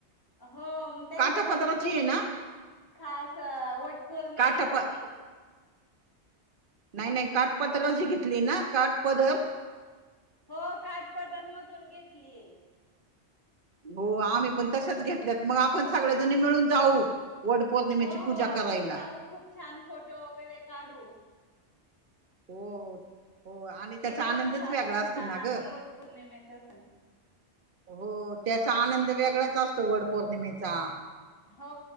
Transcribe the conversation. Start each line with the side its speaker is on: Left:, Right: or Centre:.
Left: हो मग त्यांच्याकडून
Right: काठापदराची
Left: घेतली
Right: आहे ना
Left: खास वटपौर्णिमेसाठी.
Right: काठाप नाही नाही काठपदरच घेतली ना काठपदर?
Left: हो काठपदर मधून घेतलीय.
Right: हो आम्ही पण तशाच घेतल्यात मग आपण सगळ्याजणी मिळून जाऊ वड पौर्णिमेची
Left: हो हो
Right: पूजा
Left: आपण
Right: करायला
Left: जाऊ खूप छान फोटो वगैरे काढू.
Right: हो हो आणि. त्याचा
Left: एक
Right: आनंदच
Left: <unintelligible>
Right: वेगळा असतो ना
Left: आपण
Right: ग
Left: वट पौर्णिमेचा सण
Right: हो त्याचा आनंद वेगळाच असतो वड पौर्णिमेचा.
Left: हो